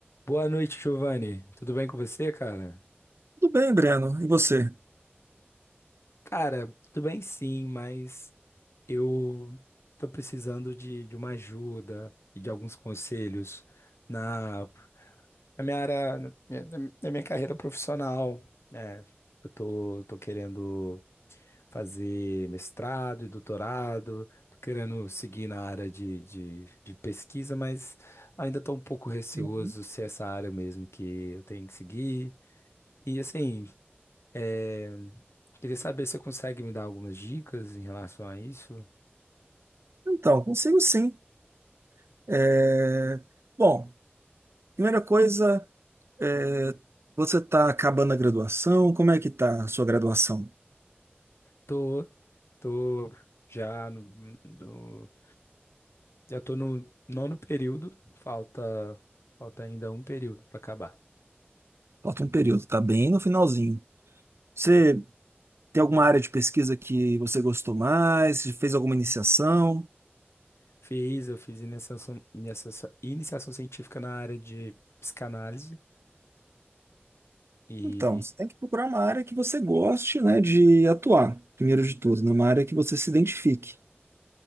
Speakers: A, on the left; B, on the right.
A: Boa noite, Giovanni. Tudo bem com você, cara?
B: Tudo bem, Breno. E você?
A: Cara, tudo bem sim, mas eu tô precisando de, de uma ajuda e de alguns conselhos na, na minha área, na minha, na minha carreira profissional, né? Eu tô, tô querendo fazer mestrado e doutorado, tô querendo seguir na área de, de, de pesquisa, mas ainda tô um pouco receoso
B: Uhum.
A: se é essa área mesmo que eu tenho que seguir. E assim. É, queria saber se você consegue me dar algumas dicas em relação a isso.
B: Então, consigo sim. É, Bom, primeira coisa, é, você está acabando a graduação. Como é que está a sua graduação?
A: Tô, tô já no, no- já tô no nono período, falta, falta ainda um período para acabar.
B: Falta um período, está bem no finalzinho. Você tem alguma área de pesquisa que você gostou mais? Você Fez alguma iniciação?
A: Fiz, eu fiz iniciação, iniciação, iniciação científica na área de psicanálise e
B: Então, você tem que procurar uma área que você goste, né, de atuar, primeiro de tudo, né, uma área que você se identifique.